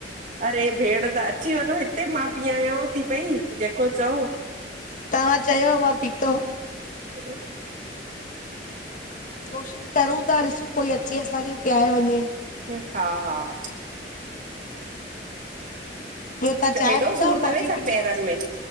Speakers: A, on the right; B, on the left.
A: अरे भेण त अची वञो हिते मां पीआहांव थी पई जेको चओ
B: तव्हां चयो मां पीतो
A: <unintelligible>
B: कोशिशि करूं था ॾिसूं कोई अचे असांखे पिआाए वञे
A: हां हां
B: ॿियो तव्हां
A: चओ,
B: चांय
A: एॾो
B: पींदव
A: सूर
B: कॉफ़ी
A: अथव छा
B: पींदव
A: पेरनि में